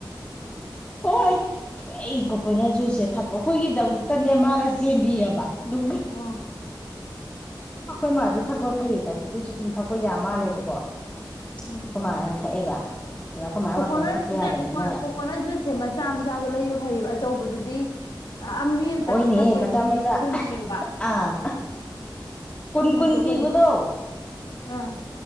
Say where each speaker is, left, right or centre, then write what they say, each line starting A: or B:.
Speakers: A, on the left; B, on the left.
A: ꯍꯣꯏ ꯑꯩ ꯀꯣꯀꯣꯅꯠ ꯖꯨꯁꯁꯦꯛ ꯑꯩꯈꯣꯏꯒꯤꯗꯃꯛꯇꯅꯦ ꯃꯥꯅ ꯆꯦꯟꯕꯤꯔꯕ ꯗꯨ
B: ꯑꯣ
A: ꯑꯩꯈꯣꯏ ꯃꯥꯖꯨ ꯊꯛꯄ ꯐꯩꯌꯦ ꯗꯥꯏꯕꯦꯇꯤꯁꯁꯨ ꯑꯗꯨꯝ ꯊꯛꯄ ꯌꯥ ꯃꯥꯜꯂꯦꯕꯀꯣ꯫
B: ꯎꯝ
A: ꯑꯩꯈꯣꯏ ꯃꯥ ꯌꯥꯝ ꯊꯛꯑꯦꯕ ꯑꯗ ꯑꯩꯈꯣꯏ ꯃꯥ
B: ꯀꯣꯀꯣꯅꯠ
A: ꯃꯇꯣꯝ ꯊꯛꯄ ꯌꯥꯗꯕꯅꯤꯅ
B: ꯀꯑꯣꯀꯣꯅ ꯀꯣꯀꯣꯅꯠ ꯖꯨꯁꯁꯦ ꯃꯆꯥ ꯃꯆꯥꯗꯣ ꯂꯩꯕ ꯐꯩꯌꯦꯕ ꯑꯆꯧꯕꯗꯨꯗꯤ ꯑ ꯃꯤ ꯑꯃꯝꯇꯪꯅ
A: ꯍꯣꯏꯅꯦꯍꯦ
B: ꯊꯛꯄꯩꯗꯤ
A: ꯃꯆꯥ ꯃꯆꯥ
B: ꯄꯨꯝꯃꯦꯕ꯫
A: ꯑꯥ ꯀꯨꯟ-
B: ꯍꯥꯡꯇꯣꯛꯈ꯭ꯔꯗꯤ
A: ꯀꯨꯟ ꯇꯤꯕꯨꯗꯣ꯫
B: ꯑꯥ꯫